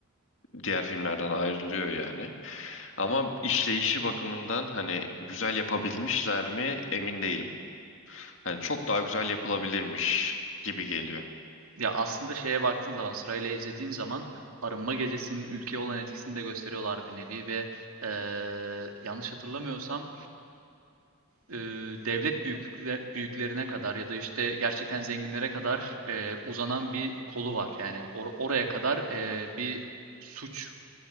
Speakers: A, on the left; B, on the right.
A: Diğer filmlerden ayrılıyor yani. Ama işleyişi bakımından hani güzel yapabilmişler mi emin değilim. Hani çok daha güzel yapılabilirmiş gibi geliyor.
B: Ya aslında şeye baktığın zaman, sırayla izlediğin zaman arınma gecesinin ülkeye olan etkisini de gösteriyorlar bir nevi ve eee, yanlış hatırlamıyorsam eee, devlet büyüklükle- büyüklerine kadar ya da işte gerçekten zenginlere kadar eee, uzanan bir kolu var. Yani or- oraya kadar eee, bir suç